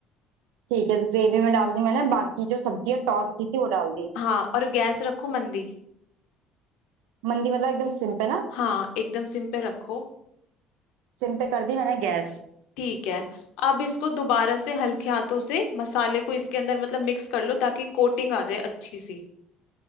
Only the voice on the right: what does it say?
ठीक है ग्रेवी में डाल दी मैंने बाकी जो सब्जी है टॉस की थी वो डाल दी
मंदी मतलब एकदम सिम पे ना
सिम पे कर दी मैंने गैस